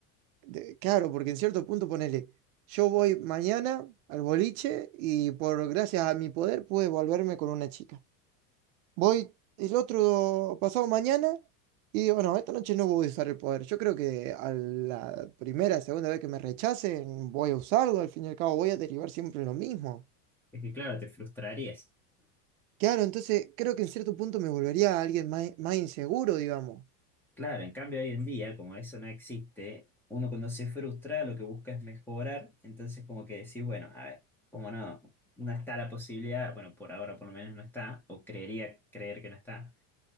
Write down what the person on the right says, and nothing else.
de- claro, porque en cierto punto ponele, yo voy mañana al boliche y por gracias a mi poder pude volverme con una chica. Voy el otro pasado mañana y digo, no, esta noche no voy a usar el poder. Yo creo que a la primera, segunda vez que me rechacen, voy a usarlo. Al fin y al cabo, voy a derivar siempre en lo mismo.
Claro, entonces creo que en cierto punto me volvería alguien más, más inseguro, digamos.